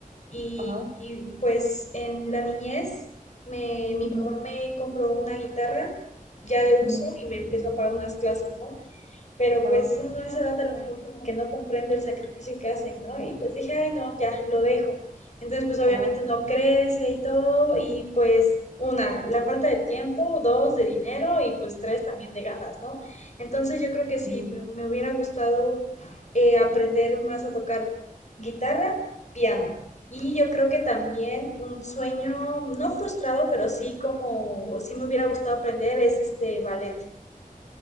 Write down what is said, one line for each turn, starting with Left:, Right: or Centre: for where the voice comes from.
Left: y,
Right: Ajá,
Left: y, pues en la niñez me, mi
Right: ujú,
Left: papá me compró una guitarra ya de uso
Right: ujú,
Left: y me empezó a pagar unas clases, ¿no? pero
Right: ajá,
Left: pues uno a esa edad a lo mejor como que no comprende el sacrificio que hacen, ¿no? Y pues dije, ay, no, ya, lo dejo. Entonces, pues obviamente
Right: ajá,
Left: uno crece y todo, y pues una, la falta de tiempo, dos, de dinero y pues tres, también de ganas, ¿no? Entonces yo creo que sí,
Right: ujú.
Left: me, me hubiera gustado eh, aprender más a tocar guitarra, piano. Y yo creo que también un sueño, no frustrado, pero sí como, sí me hubiera gustado aprender es este ballet.